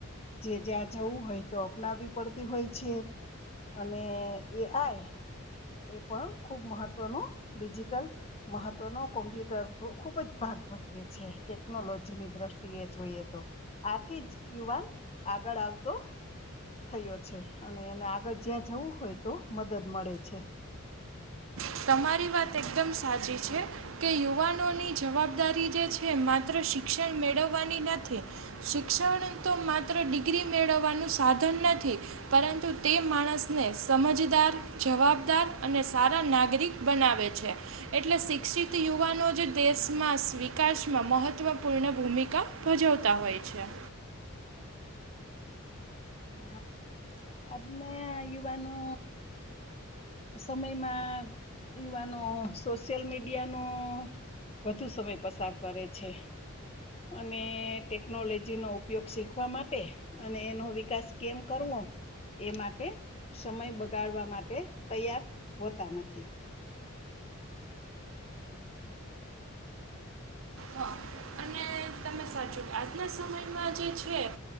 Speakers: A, on the left; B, on the right.
A: જે જ્યાં જવું હોય તો અપનાવવી પડતી હોય છે. અને એ આય. એ પણ ખુબ મહત્વનું ડિજિટલ મહત્વનો કોમ્પ્યુટર નુ ખુબ જ ભાગ ભજવે છે ટેકનોલોજીની દ્રષ્ટિ ટી એ જોઈએ તો આથી જ યુવાન આગળ આવતો થયો છે અને એને આગળ જ્યાં જવું હોય તો મદદ મળે છે.
B: તમારી વાત એકદમ સાચી છે. કે યુવાનોની જવાબદારી જે છે માત્ર શિક્ષણ મેળવવાની નથી. શિક્ષણ તો માત્ર ડિગ્રી મેળવવાનું સાધન નથી. પરંતુ તે માણસને સમજદાર જવાબદાર અને સારા નાગ નાગરિક બનાવે છે. એટલે શિક્ષિત યુવાનો જ દેશમાં વિકાસમાં મહત્વપૂર્ણ ભૂમિકા ભજવતા હોય છે.
A: હા. અદને યુવાનો સમયમાં યુવાનો સોશિયલ મીડિયાનો વધુ સમય પસાર કરે છે. અને ટેકનોલોજીનો ઉપયોગ શીખવા માટે અને એનો વિકાસ કેમ કરવો એ માટે સમય બગાડવા માટે તૈયાર હોતા નથી.
B: હા અને તમે સાચું આજના સમયમાં જે છે.